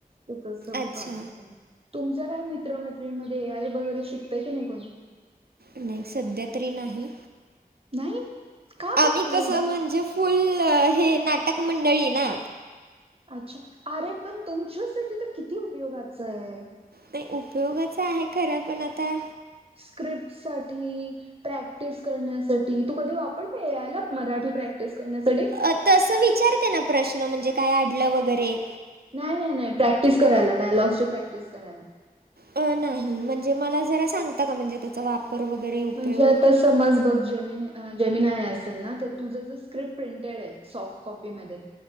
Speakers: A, on the right; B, on the right.
A: तर तसं
B: अच्छा
A: मी पाठवलंय. तुमच्या काय मित्र-मैत्रीणींमध्ये ए आय वगैरे शिकतंय की नाही कोणी?
B: नाही सध्या तरी नाही
A: नाही का
B: आम्ही
A: गं एवढं
B: कसं
A: काय?
B: म्हणजे, फुल हे नाटक मंडळी ना
A: अच्छा, अरे पण तुमच्यासाठी तर किती उपयोगाचं आहे?
B: नाही उपयोगाच आहे. खरं पण आता
A: स्क्रिप्टसाठी प्रॅक्टिस करण्यासाठी? तू कधी वापरते, ए आय ला मराठी प्रॅक्टिस करण्यासाठी
B: अ. तसं विचारते ना प्रश्न, म्हणजे काय अडलं वगैरे
A: नाही.. नाही. नाही. प्रॅक्टिस करायला, डायलॉगची प्रॅक्टिस करायला
B: अ. नाही. म्हणजे मला जरा सांगता का? म्हणजे त्याचा वापर पर वगैरे उपयोग
A: म्हणजे आता समज, बघ जेमीनी आय, जेमीनी आय असेल ना, तर तुझं स्क्रिप्ट प्रिंटेड आहे, सॉफ्ट कॉपी मधे.